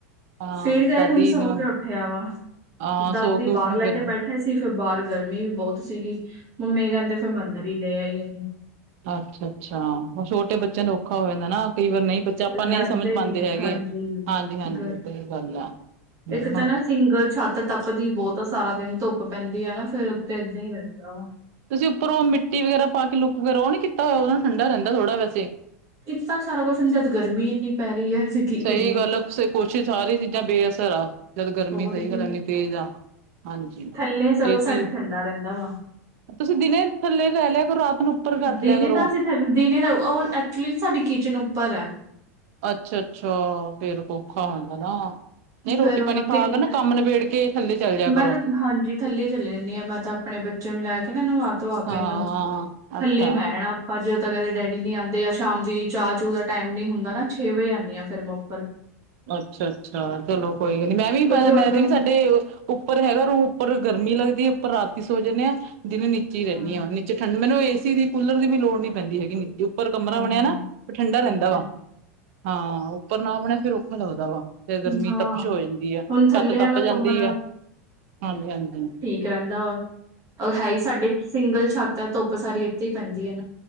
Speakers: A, on the right; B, on the right.
A: ਹਾਂ
B: ਫੇਰ ਗਏ
A: ਦਾਦੀ
B: ਹੁਣ ਸੌ
A: ਨੇ
B: ਕੇ ਉੱਠਿਆ ਵਾ,
A: ਹਾਂ
B: ਦਾਦੀ
A: ਸੋ ਉੱਠੇ
B: ਬਾਹਰ ਲੈ
A: ਫਿਰ
B: ਕੇ ਬੈਠੇ ਸੀ, ਫਿਰ ਬਾਹਰ ਗਰਮੀ ਵੀ ਬਹੁਤ ਸੀਗੀ, ਮੰਮੀ ਕਹਿੰਦੇ ਫਿਰ ਮੈਂ ਅੰਦਰ। ਫਿਰ ਲੈ ਆਈ ਇਹਨੂੰ।
A: ਅੱਛਾ- ਅੱਛਾ, ਹੁਣ ਛੋਟੇ ਬੱਚਿਆਂ ਦਾ ਔਖਾ ਹੋ ਜਾਂਦਾ ਨਾ। ਕਈ ਵਾਰ ਨਹੀ ਬੱਚਾ ਆਪਾਂ
B: ਰਹਿੰਦੇ
A: ਨਹੀ ਸਮਝ ਪਾਂਦੇ
B: ਨੀ
A: ਹੈਗੇ,
B: ਹਾਂਜੀ
A: ਹਾਂਜੀ -ਹਾਂਜੀ
B: ਗਰ
A: ਸਹੀ ਗੱਲ ਆ। <unintelligible>
B: ਇੱਕ ਤਾਂ ਨਾ ਸਿੰਗਲ ਛੱਤ ਤੱਪਦੀ ਬਹੁਤ ਆ ਸਾਰਾ ਦਿਨ ਧੁੱਪ ਪੈਂਦੀ ਆ ਨਾ, ਫਿਰ ਉੱਤੇ ਏਦਾਂ ਈ ਰਹਿੰਦਾ ਆ।
A: ਤੁਸੀ ਉੱਪਰ ਉਹ ਮਿੱਟੀ ਵਗੈਰਾ ਪਾ ਕੇ, ਲੁੱਕ ਵੈਗਰਾ ਉਹ ਨੀ ਕੀਤਾ ਹੋਇਆ ਉਦੇਂ ਨਾ ਠੰਡਾ ਰਹਿੰਦਾ ਥੋੜਾ ਵੈਸੇ।
B: ਕੀਤਾ ਤਾਂ ਸਾਰਾ ਕੁੱਛ ਹੁੰਦਾ ਜਦ ਗਰਮੀ ਇੰਨੀ। ਪੈ ਰਹੀ ਹੈ ਅਸੀਂ ਕੀ
A: ਸਹੀ
B: ਕਰੀਏ
A: ਗੱਲ ਆ, ਸਹੀ ਕੋਸ਼ਿਸ਼ ਸਾਰੀ ਚੀਜ਼ਾਂ ਬੇਅਸਰ ਆ। ਜਦੋ ਗਰਮੀ
B: ਹੋਰ
A: ਸਹੀ
B: ਕੀ
A: ਗੱਲ ਇੰਨੀ ਤੇਜ਼ ਆ, ਹਾਂਜੀ
B: ਥੱਲੇ ਸਗੋਂ
A: ਏ
B: ਸਾਡੇ
A: ਸੀ।
B: ਠੰਡਾ ਰਹਿੰਦਾ ਵਾ
A: ਤੁਸੀ ਦਿਨੇ ਥੱਲੇ ਰਹਿ ਲਿਆ ਕਰੋ ਰਾਤ ਨੂੰ। ਉੱਪਰ ਕੱਟ
B: ਦਿਨੇ
A: ਲਿਆ ਕਰੋ
B: ਦਾ ਸੀ ਦਿਨੇ ਦਾ ਉਹ, ਉਹ ਐਕਚੁਲੀ ਸਾਡੀ ਕਿਚਨ ਉੱਪਰ ਐ।
A: ਅੱਛਾ -ਅੱਛਾ, ਫੇਰ ਔਖਾ ਹੋ ਜਾਂਦਾ ਨਾ। ਨਹੀਂ
B: ਫਿਰ
A: ਰੋਟੀ
B: ਮੈਂ
A: ਪਾਣੀ ਖਾ
B: ਕਿੰਨੇ,
A: ਕੇ ਨਾ ਕੰਮ ਨਿਬੇੜ ਕੇ ਥੱਲੇ ਚੱਲ ਜਾ ਕਰੋ
B: ਮੈਂ ਤਾਂ ਹਾਂਜੀ ਥੱਲੇ ਚਲੀ ਜਾਨੀ ਆ ਮੈਂ ਤਾਂ। ਆਪਣੇ ਬੱਚੇ ਨੂੰ ਲੈ ਕੇ ਨਾ ਨਵਾ-ਧਵਾ ਕੇ
A: ਹਾਂ
B: ਇਹਨੂੰ।
A: ਅੱਛਾ
B: ਥੱਲੀ ਈ ਬੈ ਜਾਣਾ ਆਪਾ, ਜਦੋਂ ਤੱਕ ਇਹਦੇ ਡੈਡੀ ਨੀ ਆਂਦੇ ਜਾ ਸ਼ਾਮ ਦੀ ਚਾਹ- ਚੂਹ ਦਾ। ਟਾਈਮ ਨੀ ਹੁੰਦਾ ਨਾ, ਛੇ ਵਜੇ ਆਨੀ ਆ ਫਿਰ ਮੈ ੳੱਪਰ।
A: ਅੱਛਾ -ਅੱਛਾ, ਚਲੋ ਕੋਈ ਗੱਲ ਨੀ ਮੈਂ ਵੀ
B: ਕਿਉਂਕਿ
A: ਪਤਾ
B: ਉਹਨੂੰ
A: ਮੈਂ ਤੇ ਵੀ ਸਾਡੇ। ਉੱਪਰ ਹੈਗਾ ਰੂਮ ਉੱਪਰ ਗਰਮੀ ਲੱਗਦੀ ਆ, ਉੱਪਰ ਰਾਤੀ ਸੌ ਜਾਣੇ ਆ, ਦਿਨੇ ਨੀਚੇ ਈ
B: ਹਾਂ
A: ਰਹਿਨੀ ਆ, ਮੈਂ ਨੀਚੇ ਠੰਡ। ਮੈਨੂੰ ਏ ਸੀ ਦੀ, ਕੂਲਰ ਦੀ ਵੀ ਲੋੜ ਨੀ ਪੈਂਦੀ ਹੈਗੀ, ਇੰਨੀ ਉੱਪਰ ਕਮਰਾ
B: ਹਾਂ
A: ਬਣਿਆ ਨਾ ਠੰਡਾ ਰਹਿੰਦਾ
B: ਅੱਛਾ
A: ਵਾ
B: ਜੀ
A: ਹਾਂ, ਉੱਪਰ ਨਾ ਬਣਿਆ ਫੇਰ ਔਖਾ ਲੱਗਦਾ ਵਾ। ਤੇ ਗਰਮੀ
B: ਹਾਂ
A: ਤਪਸ਼ ਹੋ ਜਾਂਦੀ ਆ,
B: ਹੁਣ ਥੱਲੇ
A: ਛੱਤ ਤਪ
B: ਵਾਲਾ
A: ਜਾਂਦੀ
B: ਕਮਰਾ
A: ਆ, ਹਾਂਜੀ- ਹਾਂਜੀ।
B: ਕਹਿੰਦਾ ਵਾ, ਉਹ ਹੈ ਹੀ ਸਾਡੇ ਸਿੰਗਲ ਛੱਤ ਐ ਧੁੱਪ ਸਾਰੀ ਇੱਥੇ ਈ ਪੈਦੀ ਐ।